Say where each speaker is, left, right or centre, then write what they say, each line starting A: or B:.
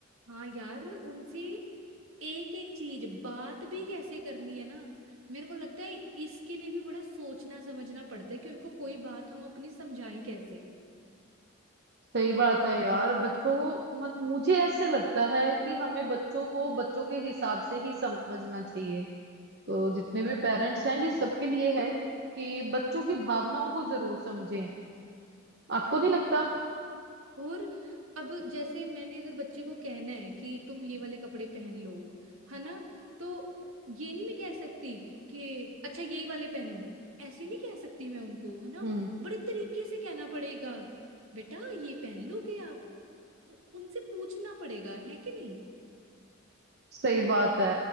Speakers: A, on the right; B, on the right.
A: हाँ यार उनसे एक एक चीज बात भी कैसे करनी है ना मेरे को लगता है इसके लिए भी बड़ा सोचना समझना पड़ता है कि उनको कोई बात हम अपनी समझाएं कैसे
B: सही बात है यार बच्चों को मत- मुझे ऐसे लगता है कि हमें बच्चों को बच्चों के हिसाब से ही समझना चाहिए तो जितने भी पेरेंट्स हैं ये सबके लिए है कि बच्चों की भावनाओं को जरूर समझें आपको नहीं लगता
A: और अब जैसे मैंने अगर बच्चे को कहना है कि तुम ये वाले कपड़े पहन लो है ना तो ये नहीं मैं कह सकती कि अच्छा यही वाले पहनो ऐसे नहीं कह सकती मैं उनको है ना
B: हम्म
A: बड़े तरीके से कहना पड़ेगा बेटा ये पहन लोगे आप उ- उनसे पूछना पड़ेगा है कि नहीं
B: सही बात है